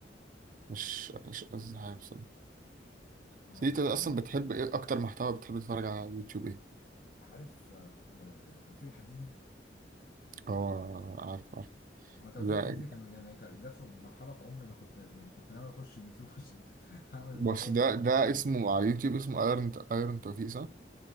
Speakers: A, on the right; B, on the left.
A: مش مش قصدي حاجة بصراحة
B: ما
A: بس
B: انا
A: أنت
B: فاهم
A: أصلا بتحب إيه أكتر محتوى بتحب تتفرج على يوتيوب إيه؟
B: عارف آه آه، توفيق الحديدي
A: اه عارف
B: انا توفير
A: ده
B: حتتي كان يعني كان- جت في مرحله في عمري انا كنت يعني كنت ناوي اخش اليوتيوب <laughs> عشان اعمل
A: بس
B: محتوى
A: ده
B: زي توفير
A: ده
B: حديدي
A: اسمه على اليوتيوب اسمه ايرون ايرون توفيق صح؟